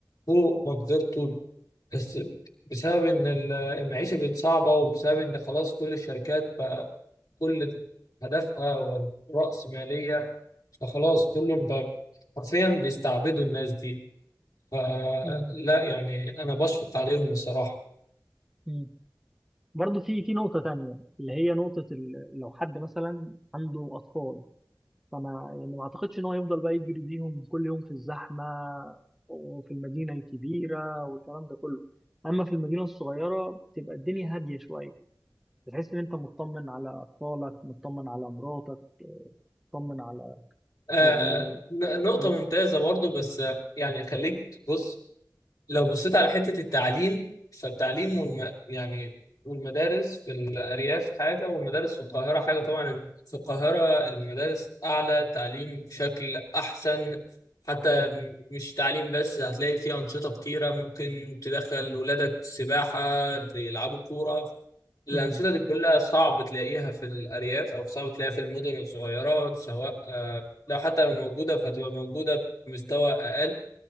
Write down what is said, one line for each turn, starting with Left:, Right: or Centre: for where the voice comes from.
Left: فوق مقدرته بس بسبب ان ال- المعيشه بقت صعبه وبسبب ان خلاص كل الشركات بقى كل هدفها هو الرأسمالية فخلاص كلهم بقى حرفيا بيستعبدوا الناس دي فلا
Centre: مم.
Left: يعني انا بشفق عليهم الصراحه
Centre: مم. برضه في في نقطة تانية اللي هي نقطة ال- لو حد مثلا عنده أطفال فما يعني ما أعتقدش إن هو يفضل بقى يجري بيهم كل يوم في الزحمة وفي المدينة الكبيرة والكلام ده كله أما في المدينة الصغيرة بتبقى الدنيا هادية شوية بتحس إن أنت مطمن على أطفالك مطمن على مراتك مطمن على
Left: آه
Centre: يعني
Left: ن- نقطه
Centre: مم.
Left: ممتازه برضو بس آه، يعني خليك تبص لو بصيت على حتة التعليم فالتعليم والم... يعني والمدارس في الأرياف حاجة والمدارس في القاهرة حاجة طبعا في القاهرة المدارس أعلى تعليم بشكل أحسن حتى م- مش تعليم بس هتلاقي فيه أنشطة كتيرة ممكن تدخل ولادك سباحة يلعبوا كورة الأنشطة
Centre: مم.
Left: دي كلها صعب تلاقيها في الأرياف أو صعب تلاقيها في المدن الصغيرة سواء آه، لو حتى لو موجودة فهتبقى موجودة بمستوى أقل